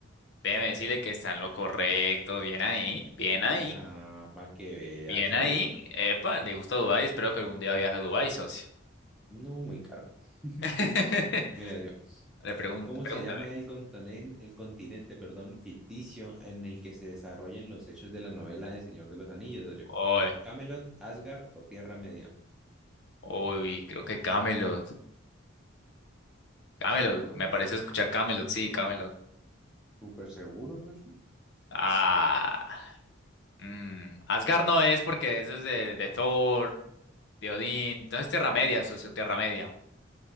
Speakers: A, on the left; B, in the centre.
A: déjeme decirle que está en lo correcto. Bien ahí, bien ahí,
B: Ah, para que vea,
A: bien
B: socio.
A: ahí. Epa, le gusta Dubai. Espero que algún día viaje a Dubai, socio.
B: No, muy caro. <laughs>
A: <laughs>
B: Mira, yo.
A: Le pregun-
B: ¿Cómo
A: pregúntame.
B: se llama el continente, el continente, perdón, ficticio en el que se desarrollan los hechos de la novela El Señor de los Anillos, socio?
A: Uy,
B: ¿Camelot, Asgard o Tierra Media?
A: uy, creo que Camelot. Camelot,
B: ¿Seguro,
A: me
B: socio?
A: parece escuchar Camelot, sí, Camelot.
B: ¿Súper seguro, socio?
A: Ah. Mm, Asgard no es porque eso es de, de Thor, de Odín. Entonces Tierra Media, socio, Tierra Media.